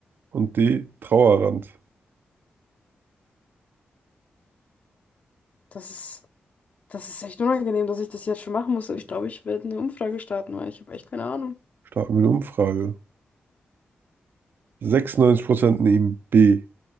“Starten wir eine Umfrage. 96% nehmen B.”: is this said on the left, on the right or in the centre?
Right